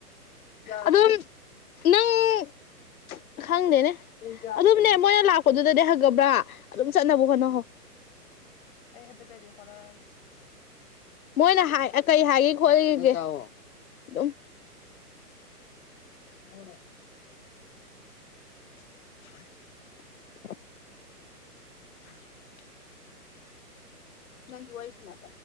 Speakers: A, on the left; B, on the left.
A: ꯑꯗꯨꯝ ꯅꯪ ꯈꯪꯗꯦꯅꯦ ꯑꯗꯨꯝꯅꯦ ꯃꯣꯏꯅ ꯂꯥꯛꯄꯗꯨꯗꯅꯦ ꯍꯪꯉꯕ꯭ꯔꯥ ꯑꯗꯨꯝ ꯆꯠꯅꯕ ꯍꯣꯠꯅꯍꯧ
B: ꯑꯩ ꯍꯟꯗꯛꯇꯩꯗꯤ ꯍꯣꯠꯅꯔꯅꯤ
A: ꯃꯣꯏꯅ ꯍꯥꯏ ꯀꯩ ꯍꯥꯏꯒꯦ ꯈꯣꯠꯂꯤꯒꯦ ꯑꯗꯨꯝ ꯎꯝ <unintelligible> <unintelligible> ꯅꯪꯖꯨ ꯋꯥꯔꯤ ꯁꯥꯟꯅꯧ